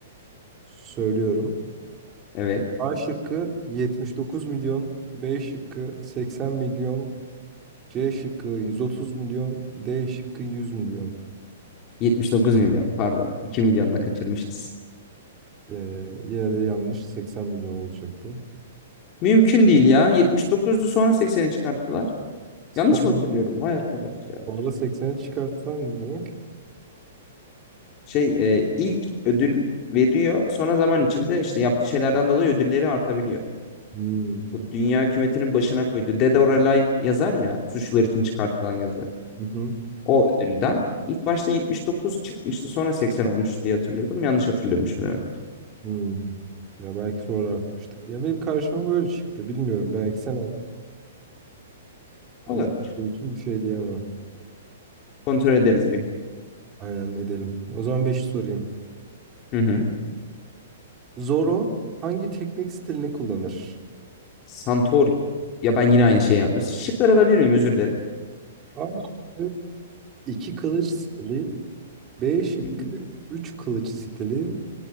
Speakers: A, on the right (about 25°); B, on the left (about 35°).
A: Söylüyorum.
B: Evet.
A: A şıkkı 79 milyon, B şıkkı 80 milyon, C şıkkı 130 milyon, D şıkkı 100 milyon.
B: 79 milyon pardon. 2 milyonla kaçırmışız.
A: Ee, yine de yanlış 80 milyon olacaktı.
B: Mümkün değil ya. 79'du sonra 80'e çıkarttılar.
A: Sola.
B: Yanlış mı hatırlıyorum? Vay arkadaş ya.
A: Sonra 80'e çıkartsan ne demek?
B: Şey e, ilk ödül veriyor. Sonra zaman içinde işte yaptığı şeylerden dolayı ödülleri artabiliyor.
A: Hmm.
B: Bu dünya hükümetinin başına koydu. Dead or Alive yazar ya. Suçlular için çıkartılan yazı.
A: Hı hı.
B: O ödülden. İlk başta 79 çıkmıştı sonra 80 olmuş diye hatırlıyordum. Yanlış hatırlıyormuşum demek.
A: Hmm. Ya belki sonra artmıştık. Ya benim karşıma böyle çıktı. Bilmiyorum. Belki sen alt-
B: Olabilir.
A: izlediğin için bir şey diyemem.
B: Kontrol ederiz bir.
A: Aynen edelim. O zaman 5'i sorayım.
B: Hı hı.
A: Zoro hangi teknik stilini kullanır?
B: Santorini. Ya ben yine aynı şeyi yaptım. Şıkları alabilir miyim? Özür dilerim.
A: A şıkkı 2 kılıç stili, B şıkkı
B: Hı hı.
A: 3 kılıç stili,